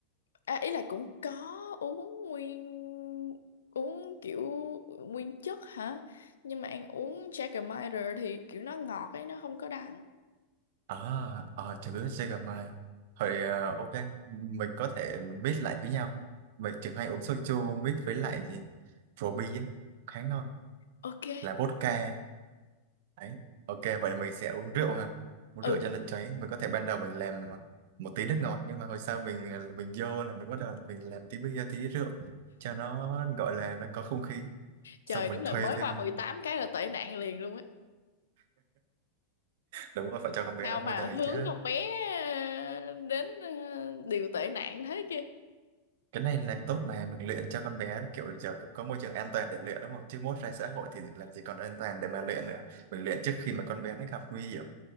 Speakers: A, on the left (about 65°); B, on the right (about 50°).
A: À, ý là cũng có uống nguyên uống kiểu nguyên chất hả? Nhưng mà ăn uống Jägermeister thì kiểu nó ngọt ấy, nó không có đắng.
B: à à chữ CGM Hồi ờ, ok mình có thể mix lại với nhau mình chỉ hay uống soju mix với lại gì rượu bia ấy. khá ngon
A: Ok.
B: là vodka Đấy. Ok, vậy mình sẽ uống rượu ha. Uống
A: Ừ,
B: rượu cho nó cháy. Mình có thể ban đầu mình làm một tí nước ngọt nhưng mà hồi sau mình à, mình vô là mình bắt đầu là mình làm tí bia tí rượu cho nó gọi là nó có không khí.
A: trời
B: Xong mình
A: đúng là
B: thuê
A: mới
B: thêm
A: qua mười tám
B: <laughs>
A: cái là tệ nạn liền luôn á.
B: đúng rồi phải cho con bé
A: Sao
B: nó
A: mà
B: vô đời
A: hướng
B: chứ.
A: con bé ờ, đến ờ, điều tệ nạn thế kia.
B: Cái này là tốt mà mình luyện cho con bé kiểu giờ có môi trường an toàn để luyện đúng không? Chứ mốt ra xã hội thì làm gì còn an toàn để mà luyện nữa. Mình luyện trước khi mà con bé nó gặp nguy hiểm.